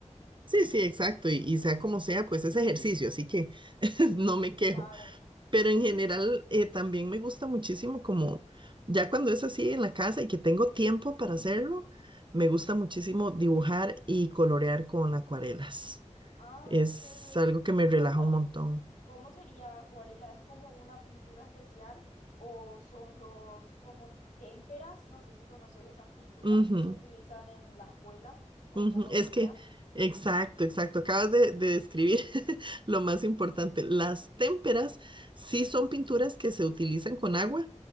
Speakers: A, on the right; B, on the left.
A: sí, sí, exacto. Y, y sea como sea, pues es ejercicio, así que <laughs> no me quejo.
B: Claro.
A: Pero
B: Sí.
A: en general eh, también me gusta muchísimo como ya cuando es así en la casa y que tengo tiempo para hacerlo, me gusta muchísimo dibujar y colorear con acuarelas.
B: Ah,
A: Es
B: en serio.
A: algo que
B: ¿Y
A: me relaja
B: cómo?
A: un montón.
B: ¿Cómo sería acuarela? ¿Es como una pintura especial o son los como témperas? No sé si conoces esas pinturas
A: Ujú.
B: que se utilizan en la escuela o
A: Ujú,
B: cómo
A: Es
B: sería.
A: que, exacto, exacto. Acabas de, de describir <laughs> lo más importante. Las témperas sí son pinturas que se utilizan con agua,